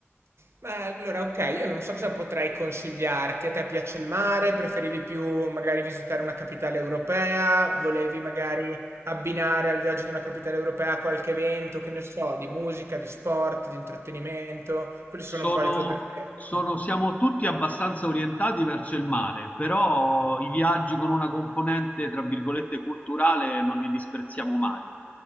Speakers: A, on the right; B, on the left.
A: Beh, allora, ok, io non so cosa potrei consigliarti. A te piace il mare? Preferivi più magari visitare una capitale europea? Volevi magari abbinare al viaggio di una capitale europea qualche evento, che ne so, di musica, di sport, di intrattenimento? Quelle
B: Sono,
A: sono un po' le tue preferenze.
B: sono- siamo tutti abbastanza orientati verso il mare, però i viaggi con una componente, tra virgolette, culturale non li disprezziamo mai.